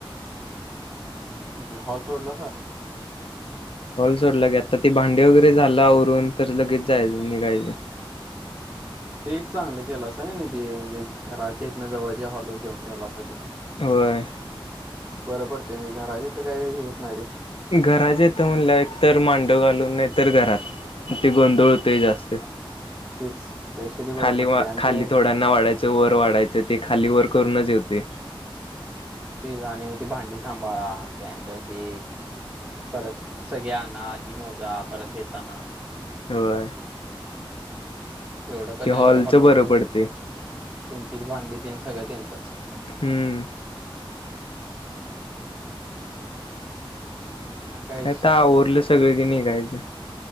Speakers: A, on the right; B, on the left.
A: हम्म हॉल सोडलासा?
B: हॉल सोडलं की आता ते भांडे वगैरे झालं आवरून तर लगेच जायचं निघायच.
A: ते एक चांगलं केल असा की नाही ते म्हणजे घराच्या इथन जवळजे हॅलवर जेवन ठेवलासाते.
B: होय.
A: बर पडते म्हणजे घरा इथ काही होत नाही रे.
B: घराच्या इथ म्हणला एक तर मांडव घालून नाही तर घरात. ते गोंधळ होतय जास्त
A: तेच त्यापेक्षा ते बरं
B: खाली,
A: पडते आणि
B: खाली
A: ते
B: थोड्यांना वाढायच च वर वाढायचं ते खाली वर करूनच येते.
A: ती जान आणि मग ती भांडी सांभाळा त्यानंतर ते परत सगळे आणना ती मोजा परत देताना
B: होय.
A: एवढं क
B: ते
A: नाहीश
B: हॉलचं
A: हाॅलवर
B: बरं
A: कस
B: पडते
A: त्यांचीच भांडी त्यांन सगळं त्यांचच.
B: हम्म.
A: मग विषय
B: काय आता
A: नाही
B: ओवरलं सगळे की निघायच.